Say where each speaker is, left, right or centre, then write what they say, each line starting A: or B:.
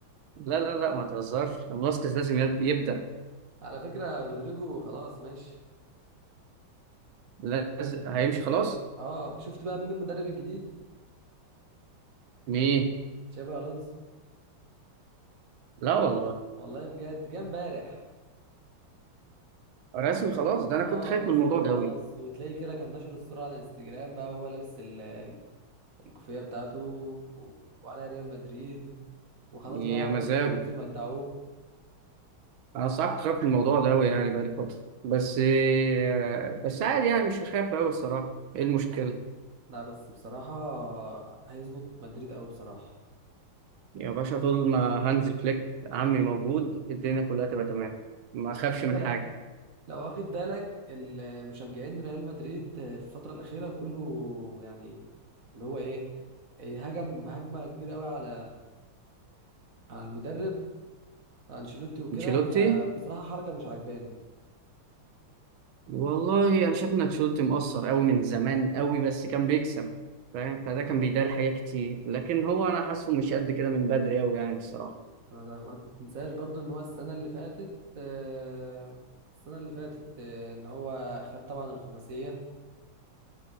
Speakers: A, on the right (about 75°); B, on the right (about 40°).
A: لا لا لا ما تهزرش فاسكيز لازم يد- يبدأ
B: على فكرة رودريجو خلاص ماشي
A: لازم هيمشي خلاص
B: اه شفت بقى مين المدرب الجديد
A: مين
B: تشافي الونسو
A: لا والله
B: والله بجد جه امبارح
A: رسمي خلاص ده انا
B: اه
A: كنت خايف
B: رسمي
A: من الموضوع
B: خلاص
A: ده قوي
B: وتلاقيه كده كان نشر الصورة على الانستجرام بقى وهو لابس ال- ال- الكوفية بتاعته و- وعلى ريال مدريد وخلاص
A: يا
B: بقى بايرن
A: مزاجه
B: ليفركوزن ودعوه
A: انا صعب كنت خايف من الموضوع ده قوي يعني بقالي فترة بس آه، بس عادي يعني مش هخاف قوي الصراحة ايه المشكلة
B: لا بس بصراحة هيظبط مدريد قوي بصراحة
A: يا باشا طول ما هانز فليك عمي موجود الدنيا كلها تبقى تمام ما اخافش
B: بس انت
A: من
B: لا
A: حاجة
B: لو واخد بالك المشجعين ريال مدريد في الفترة الأخيرة كله يعني اللي هو ايه إيه، هجم هجمة كبيرة قوي على على المدرب على انشيلوتي وكده
A: انشيلوتي
B: فبصراحة حركة مش عجباني
A: والله انا شايف ان تشولت مقصر قوي من زمان قوي بس كان بيكسب فاهم فده كان بيداري حاجات كتير لكن هو انا حاسه مش قد كده من بدري قوي يعني الصراحه
B: ما ما تنساش برضو ان هو السنة اللي فاتت آه، السنة اللي فاتت آه، ان هو خد طبعا الخماسية